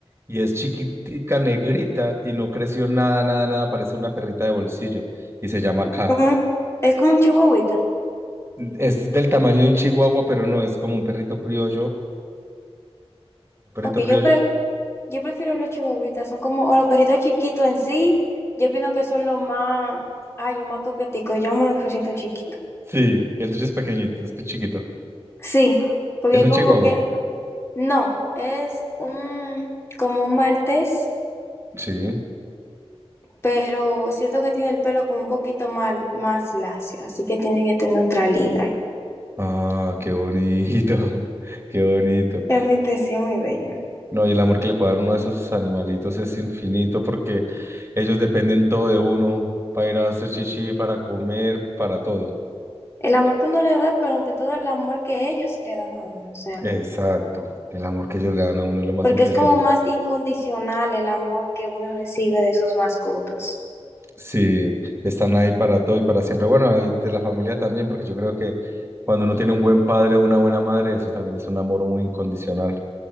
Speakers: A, on the right; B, on the left.
A: y es chiquitica, negrita, y no creció nada, nada, nada, parece una perrita de bolsillo, y se llama K.
B: Como es como un chihuahuita.
A: Es del tamaño de un chihuahua, pero no, es como un perrito criollo, un perrito
B: Ok,
A: criollo.
B: yo, pre- yo prefiero los chihuahuitas, son como, o los perritos chiquitos en sí, yo opino que son los más, ay, los más coqueticos, yo amo los perritos chiquitos.
A: Sí, y el tuyo es pequeñito, es chiquito.
B: Sí, porque
A: Es un
B: como
A: chihuahua.
B: que, no, es un, como un maltés
A: Sí.
B: pero siento que tiene el pelo como un poquito mal, más lacio, así que tiene que tener otra liga ahí.
A: Ah, qué bonito, <laughs> qué bonito.
B: Realmente sí, muy bello.
A: No, y el amor que le puede dar uno de esos animalitos es infinito porque ellos dependen todo de uno para ir a hacer chichi, para comer, para todo.
B: El amor que uno le da, pero ante todo el amor que ellos le dan a uno, o sea,
A: Exacto, el amor que ellos le dan a uno es lo más
B: porque
A: impresionante.
B: es como más incondicional el amor que uno recibe de sus mascotas.
A: Sí, están ahí para todo y para siempre. Bueno, ahí de la familia también, porque yo creo que cuando uno tiene un buen padre o una buena madre, eso también es un amor muy incondicional.